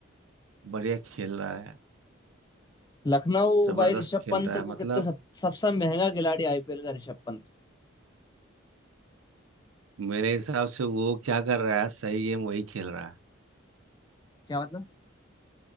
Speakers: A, on the right (about 80°); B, on the left (about 20°).
A: बढ़िया खेल रहा है
B: लखनऊ
A: जबरदस्त
B: भाई ऋषभ
A: खेल
B: पंत
A: रहा है
B: को कितने
A: मतलब
B: सब, सबसे महंगा खिलाड़ी आईपीएल का ऋषभ पंत
A: मेरे हिसाब से वो क्या कर रहा है सही गेम वही खेल रहा है
B: क्या मतलब